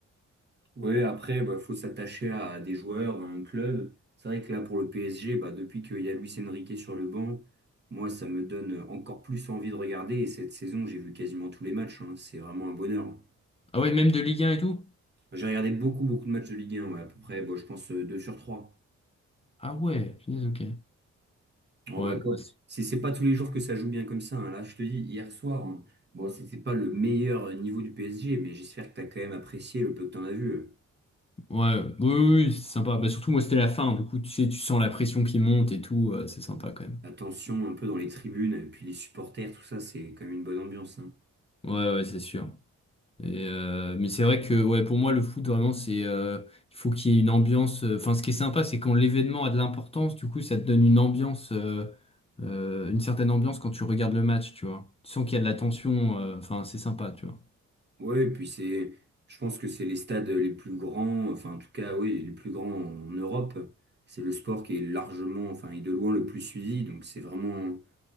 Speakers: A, on the right; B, on the left.
A: Ouais, après, bah, faut s'attacher à des joueurs, à un club. C'est vrai que là, pour le PSG, bah, depuis qu'il y a Luis Enrique sur le banc, moi, ça me donne encore plus envie de regarder. Et cette saison, j'ai vu quasiment tous les matchs. hein. C'est vraiment un bonheur.
B: Ah ouais, même de Ligue 1 et tout?
A: J'ai regardé beaucoup, beaucoup de matchs de Ligue 1, ouais, à peu près, bon, je pense, euh, 2 sur 3.
B: Ah ouais, punaise, ok.
A: Oh
B: Ouais,
A: bah
B: bah,
A: quoi.
B: c'est-
A: C'est c'est pas tous les jours que ça joue bien comme ça. hein. Là, je te dis, hier soir, hein, bon, c'était pas le meilleur euh, niveau du PSG, mais j'espère que t'as quand même apprécié le peu que t'en as vu. euh.
B: ouais, oui, oui, oui, c'est sympa. Bah, surtout, moi, c'était la fin, du coup, tu sais, tu sens la pression qui monte et tout, euh, c'est sympa quand même.
A: La tension un peu dans les tribunes, et puis les supporters, tout ça, c'est quand même une bonne ambiance. hein.
B: Ouais, ouais, c'est sûr. Et, euh, mais c'est vrai que ouais, pour moi, le foot, vraiment, c'est, euh, il faut qu'il y ait une ambiance. euh, Enfin, ce qui est sympa, c'est quand l'événement a de l'importance, du coup, ça te donne une ambiance, euh, euh, une certaine ambiance quand tu regardes le match, tu vois. Tu sens qu'il y a de la tension, euh, enfin, c'est sympa, tu vois.
A: Ouais, et puis c'est, je pense que c'est les stades les plus grands, enfin en tout cas, oui, les plus grands en Europe. C'est le sport qui est largement, enfin, et de loin le plus suivi, donc c'est vraiment,